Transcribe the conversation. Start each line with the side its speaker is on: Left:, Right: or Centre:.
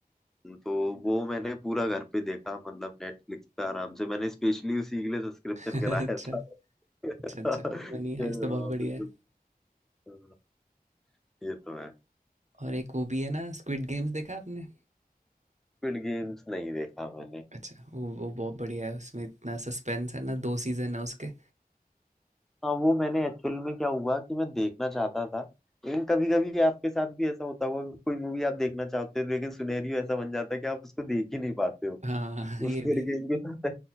Centre: तो वो मैंने पूरा घर पे देखा मतलब नेटफ्लिक्स पे आराम से मैंने स्पेशली उसी के लिए सब्सक्रिप्शन
Right: <laughs> अच्छा
Centre: कराया था
Right: अच्छा
Centre: <laughs>
Right: अच्छा
Centre: हाँ,
Right: मनी हाइस्ट तो बहुत बढ़िया
Centre: बिल्कुल
Right: है
Centre: हाँ, ये तो है
Right: और एक वो भी है ना स्क्विड गेम्स देखा आपने
Centre: स्क्विड गेम्स नहीं देखा मैंने
Right: अच्छा वो वो बहुत बढ़िया है उसमें इतना सस्पेंस है ना दो सीजन है उसके
Centre: हाँ वो मैंने एक्चुअल में क्या हुआ कि मैं देखना चाहता था लेकिन कभी कभी आपके साथ भी ऐसा होता होगा कि कोई मूवी आप देखना चाहते हो लेकिन सिनेरियो ऐसा बन जाता है कि आप उसको देख ही नहीं पाते हो
Right: हाँ <laughs> ये
Centre: स्क्विड
Right: भी है
Centre: गेम के साथ